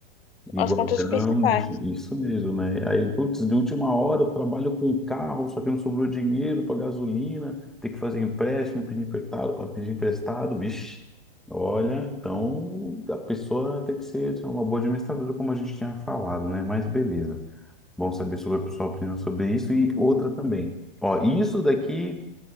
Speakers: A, in the centre; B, on the left.
A: e
B: as
A: guardamos,
B: contas principais.
A: isso mesmo, né? Aí, putz, de última hora, eu trabalho com carro, só que não sobrou dinheiro para gasolina, tem que fazer empréstimo, pedir emprestado, pedir emprestado, vixe. Olha, então a pessoa tem que ser assim, uma boa administradora, como a gente tinha falado, né? Mas beleza. Bom saber sobre a sua opinião sobre isso. E outra também. Ó, isso daqui.